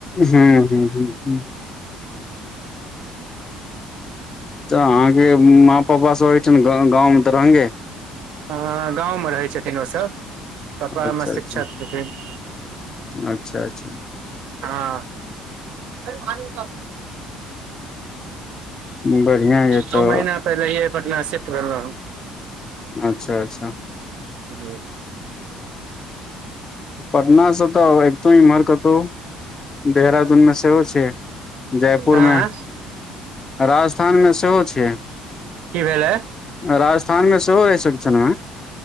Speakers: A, on the left; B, on the right.
A: हूँ हूँ हूँ तऽ अहाँके माँ पापा सब होठ ने गाँंवं तऽरंगे
B: अ गाँवमे रहै छथिन ओसब पपा
A: अच्छा
B: हम
A: अच्छा
B: शिक्षक छथिन
A: अच्छा अच्छा
B: हँ पान उ
A: बढ़िआँ ये
B: नौ
A: तऽ
B: महिना पहिले पटना शिफ्ट केलउ
A: अच्छा अच्छा
B: जी
A: पटनासँ तऽ तऽ एकदो इमरकतौ देहरादूनमे सेहो छै जयपुर
B: आँय
A: में राजस्थानमें सेहो छियै
B: की भेलै
A: राजस्थान में सेहो रहै सकन